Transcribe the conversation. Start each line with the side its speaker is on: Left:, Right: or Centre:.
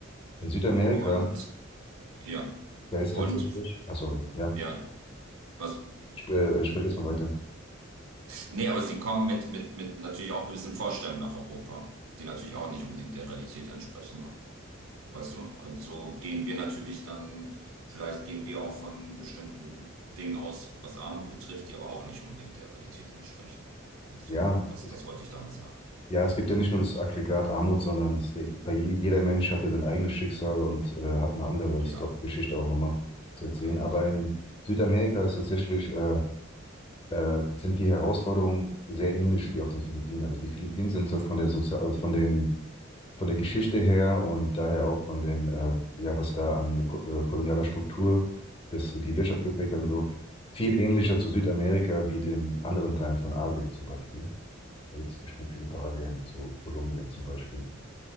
Left: In Südamerika,
Right: Und ja,
Left: da ist
Right: und
Left: tatsächlich, ach sorry, ja,
Right: ja, was,
Left: sp äh, äh, sprich erstmal weiter.
Right: nee, aber sie kommen mit, mit, mit natürlich auch gewissen Vorstellungen nach Europa, die natürlich auch nicht unbedingt der Realität entsprechen, ne? Weißt du? Und so gehen wir natürlich dann, vielleicht gehen wir auch von bestimmten Dingen aus, was Armut betrifft, die aber auch nicht unbedingt der Realität entsprechen. Also,
Left: Ja,
Right: das,
Left: es-
Right: das wollte ich damit sagen.
Left: ja, es gibt ja nicht nur das Aggregat Armut, sondern es, bei je- jeder Mensch hat ja sein eigenes Schicksal und äh, hat eine andere
Right: Ja.
Left: Sto Geschichte auch nochmal zu erzählen.
Right: Genau.
Left: Aber in Südamerika ist tatsächlich, äh, äh, sind die Herausforderungen sehr ähnlich wie auf den Philippinen. Also die Philippinen sind so von der Sozial, also von den von der Geschichte her und daher auch von den, äh, ja, was da an ko- äh, kolonialer Struktur das, die Wirtschaft geprägt hat und so, viel ähnlicher zu Südamerika wie den anderen Teilen von Asien zum Beispiel. Da gibt es bestimmt viele Parallelen zu Kolumbien zum Beispiel.